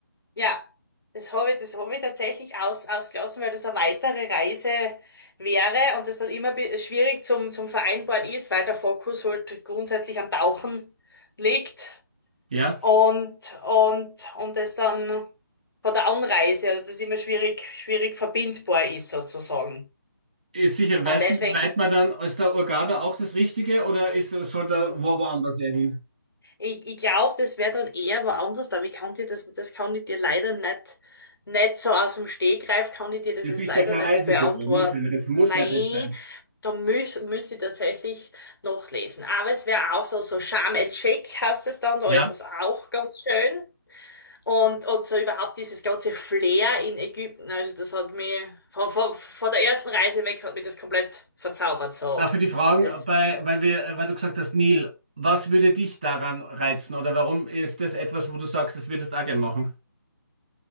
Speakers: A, on the left; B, on the right.
A: Ja, das habe ich, das habe ich tatsächlich aus, ausgelassen, weil das eine weitere Reise wäre und das dann immer bi- schwierig zum, zum Vereinbaren ist, weil der Fokus halt grundsätzlich am Tauchen liegt
B: Ja,
A: und, und, und das dann von der Anreise, also das immer schwierig, schwierig verbindbar ist sozusagen.
B: ist sicher. Weißt
A: Und deswegen
B: du, wie weit man dann, ist der Hurghada auch das Richtige oder ist, soll da wo, woanders eher hin?
A: Ich, ich glaube, das wäre dann eher woanders, aber ich kann dir das, das kann ich dir leider nicht, nicht so aus dem Stegreif, kann ich dir das
B: Du
A: jetzt
B: bist
A: leider
B: ja kein
A: nicht
B: Reisebüro,
A: beantworten.
B: muss ja nicht, muss
A: Nein,
B: ja nicht sein.
A: da müß, müsste ich tatsächlich noch lesen. Aber es wäre auch so, so Sharm el-Sheikh heißt es dann, da
B: Ja.
A: ist es auch ganz schön. Und, und so überhaupt dieses ganze Flair in Ägypten, also das hat mich, von, von, von der ersten Reise weg hat mich das komplett verzaubert, so.
B: Äh, Für die Fragen,
A: Das,
B: bei, weil wir, weil du gesagt hast, Nil, was würde dich daran reizen oder warum ist das etwas, wo du sagst, das würdest du auch gern machen?